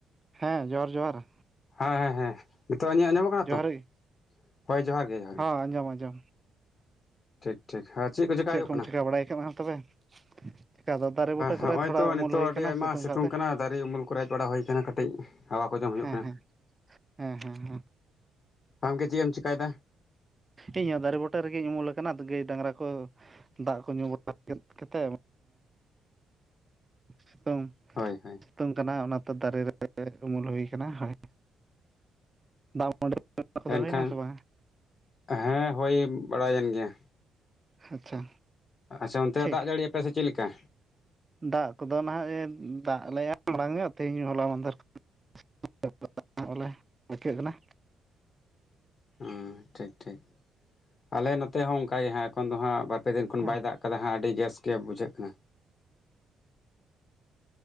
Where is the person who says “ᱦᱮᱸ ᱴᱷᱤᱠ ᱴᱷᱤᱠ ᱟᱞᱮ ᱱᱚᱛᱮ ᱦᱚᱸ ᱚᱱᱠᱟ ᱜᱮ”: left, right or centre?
Left